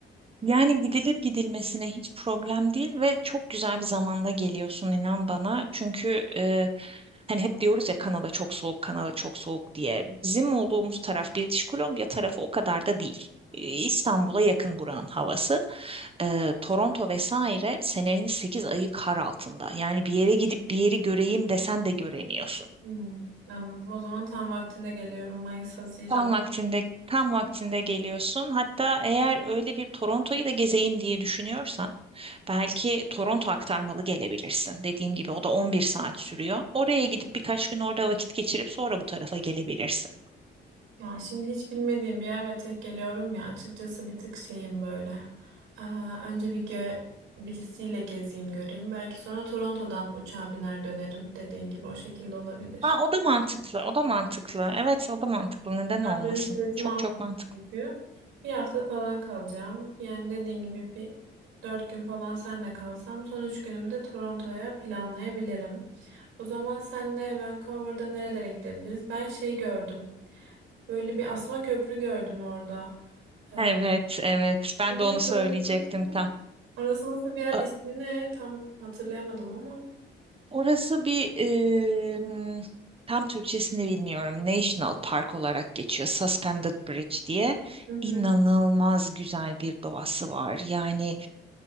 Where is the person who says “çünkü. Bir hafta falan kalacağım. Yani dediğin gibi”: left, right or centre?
Right